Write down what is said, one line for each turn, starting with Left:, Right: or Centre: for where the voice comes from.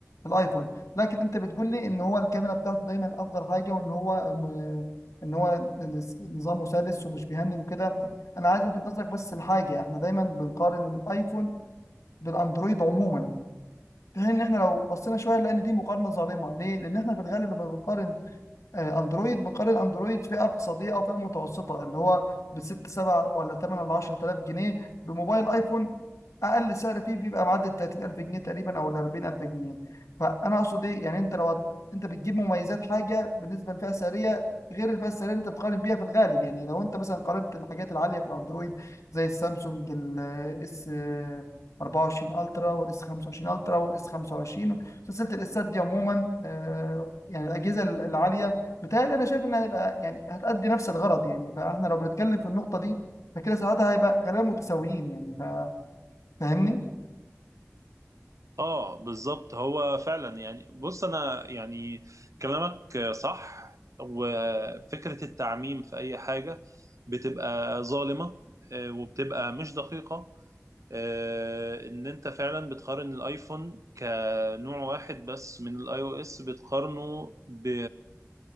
Left: الايفون لكن انت بتقول لي ان هو الكاميرا بتاعته دايما افضل حاجه وان هو آه، ان هو نس- نظامه سادس ومش بيهنج وكده انا عايز الفت نظرك بس لحاجه احنا دايما بنقارن الايفون بالاندرويد عموما في حين ان احنا لو بصينا شويه لان دي مقارنه ظالمه ليه لان احنا في الغالب لما بنقارن آه، اندرويد بقال الاندرويد فئه اقتصاديه او فئه متوسطه اللي هو بست سبع ولا تمن ولا 10000 جنيه بموبايل ايفون اقل سعر فيه بيبقى معدل 30000 جنيه تقريبا او ال 40000 جنيه فانا اقصد ايه يعني انت لو هت... انت بتجيب مميزات حاجه بالنسبه للفئه السعريه غير الفئه السعريه اللي انت بتقارن بيها في الغالب يعني لو انت مثلا قارنت الحاجات العاليه في الاندرويد زي السامسونج الاس 24 الترا والاس 25 الترا والاس 25 سلسله الاسات دي عموما آه، يعني الاجهزه العاليه بتهيألي انا شايف انها هيبقى يعني هتأدي نفس الغرض يعني فاحنا لو بنتكلم في النقطة دي فكده ساعتها هيبقى غالبا متساويين يعني ف- فاهمني؟
Right: اه بالظبط هو فعلا يعني بص انا يعني كلامك آه، صح وفكرة التعميم في اي حاجة بتبقى ظالمة آه، وبتبقى مش دقيقة آه، ان انت فعلا بتقارن الايفون كنوع واحد بس من الاي او اس بتقارنه ب...